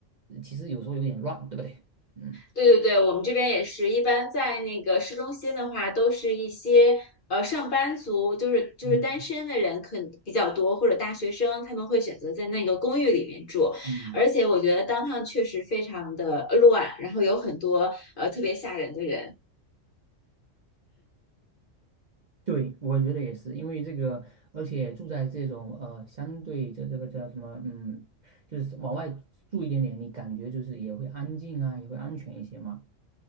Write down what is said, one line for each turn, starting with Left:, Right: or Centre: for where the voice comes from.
Right: 其实有时候有点乱，对不对？嗯
Left: 对对对，我们这边也是一般在那个市中心的话，都是一些呃上班族，就是就是单身的人可能比较多，
Right: 嗯
Left: 或者大学生，他们会选择在那个公寓里面住。
Right: 嗯，
Left: 而且我觉得 downtown 确实非常的乱，然后有很多呃特别吓人的人。
Right: 对，我觉得也是，因为这个，而且住在这种呃相对这这个叫什么，嗯，就是往外住一点点，你感觉就是也会安静啊，也会安全一些嘛。